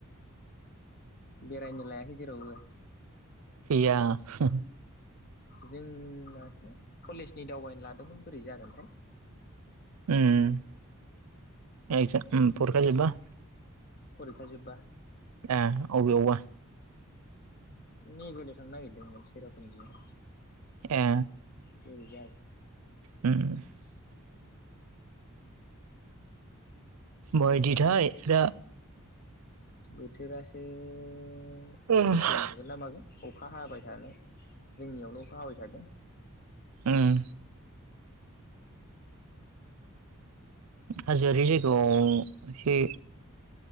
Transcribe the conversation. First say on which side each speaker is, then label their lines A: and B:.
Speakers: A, on the left; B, on the right.
A: बेरायनो लायाखै जेरावबो
B: गैया हो।
A: जोंनासो कलेजनि दावबायनो लादोंमोन बोरै जागोनथाय।
B: उम जे परिखा जोबबा।
A: फरिखा जोब्बा।
B: ए अबेआवबा
A: नै बेरायनो थांनो नागिरदोंमोन सेरापुन्जियाव
B: ए
A: बोरै जागोन
B: ओम
A: थांनो
B: बायदि
A: हागोन
B: थाइ
A: ना हाया
B: दा।
A: बोथोरासो ओ
B: उम
A: खस्थ' मोनगोन ना मागोन अखा हाबाय थानाय जोंनियावनो अखा हाबाय थादों।
B: ओम हाजोआरि जायगायाव एसे